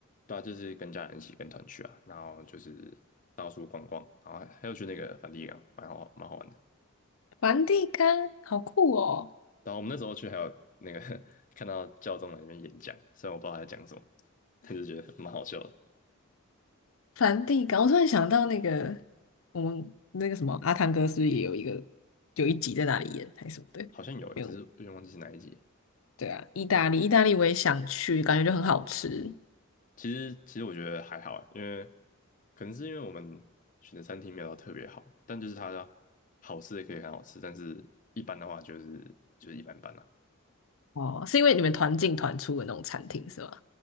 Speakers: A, on the left (about 40°); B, on the left (about 70°).
A: 对啊，就是跟家人一起跟团去啊，然后就是到处逛逛，然后还还有去那个梵蒂冈，蛮好蛮好玩的。
B: 梵蒂冈，好酷哦！
A: 然后我们那时候去还有那个 <laughs> 看到教宗在那边演讲，虽然我不知道他在讲什么，但是觉得蛮好笑的。
B: 梵蒂冈，我突然想到那个我们那个什么阿汤哥是不是也有一个有一集在那里演还是什么的？
A: 好像有欸，
B: 没有，
A: 只是有点忘记是哪一集。
B: 对啊，意大利，意大利我也想去，感觉就很好吃。
A: 其实其实我觉得还好欸，因为可能是因为我们选的餐厅没有到特别好，但就是它的好吃的可以很好吃，但是一般的话就是就是一般般啦。
B: 哦，是因为你们团进团出的那种餐厅是吗？